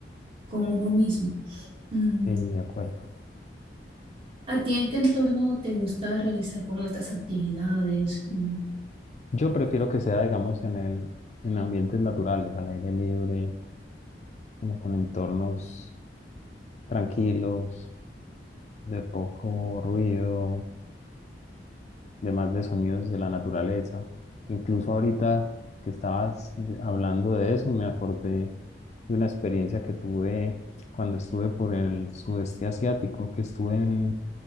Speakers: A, on the right; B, on the left.
A: con uno mismo. Mm,
B: Sí, de acuerdo.
A: ¿A ti en qué entorno te gusta realizar como estas actividades? Mm,
B: Yo prefiero que sea, digamos, en el, en ambientes naturales, al aire libre, como con entornos tranquilos, de poco ruido, de más de sonidos de la naturaleza. Incluso ahorita que estabas hablando de eso, me acordé de una experiencia que tuve cuando estuve por el sudeste asiático, que estuve en,